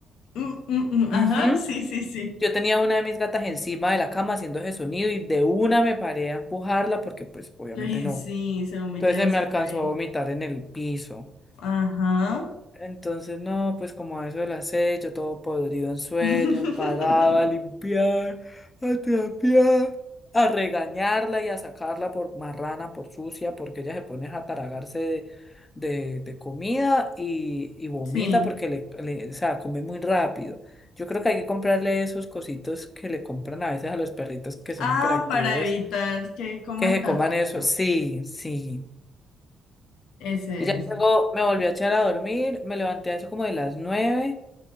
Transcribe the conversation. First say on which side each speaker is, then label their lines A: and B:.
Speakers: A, on the left; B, on the left.
A: Mm, mm, mm, ajá,
B: Ujú.
A: sí, sí, sí.
B: Yo tenía una de mis gatas encima de la cama haciendo ese sonido y de una me paré a empujarla porque pues obviamente
A: Ay,
B: no.
A: sí, se vomita
B: Entonces
A: encima
B: se me alcanzó
A: de mí.
B: a vomitar en el piso.
A: Ajá.
B: Entonces, no, pues como a eso de las seis, yo todo podrido en sueño,
A: <laughs>
B: parado a limpiar, a trapear, a regañarla y a sacarla por marrana, por sucia, porque ella se pone a taragarse de, de- de comida y, y vomita
A: Sí.
B: porque le, le- o sea, come muy rápido. Yo creo que hay que comprarle esos cositos que le compran a veces a los perritos que son
A: Ah,
B: hiperactivos,
A: para evitar que coman
B: que se
A: tan
B: coman
A: rápido.
B: eso. Sí, sí.
A: Ese
B: Y ya
A: es.
B: luego me volví a echar a dormir, me levanté a eso como de las nueve